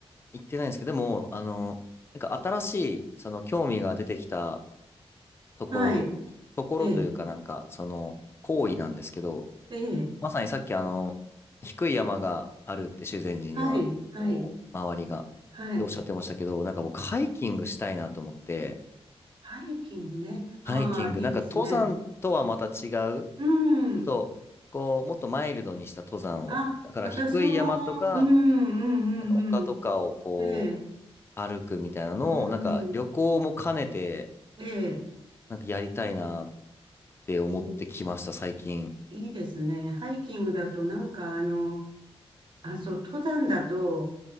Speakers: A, on the left (about 25°); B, on the right (about 50°).
A: 行ってないんですけど、でも、あの、なんか新しい、その興味が出てきたところ、
B: はい。
A: ところというかなんか、
B: ええ、
A: その行為なんですけど、
B: ええ、
A: まさにさっきあの、低い山があるって修善寺には、
B: はい、はい、
A: こう、周りが、
B: はい。
A: っておっしゃってましたけど、なんか僕ハイキングしたいなと思って、
B: ハイキングね。ああ、
A: ハイキング、
B: いいですね。
A: なんか登山とはまた違う、
B: うん。
A: ちょっと、こう、もっとマイルドにした登山を、
B: あ、
A: だから低い山とか、
B: 私も、うん、うん、
A: なんか丘とかをこう、
B: うん、うん。ええ、
A: 歩くみたいなのを、
B: うん、
A: なんか旅行も兼ねて、
B: ええ、
A: なんかやりたいなって思ってきました、
B: いいで、
A: 最近。
B: いいですね。ハイキングだと、なんかあの、あ、そう、登山だと、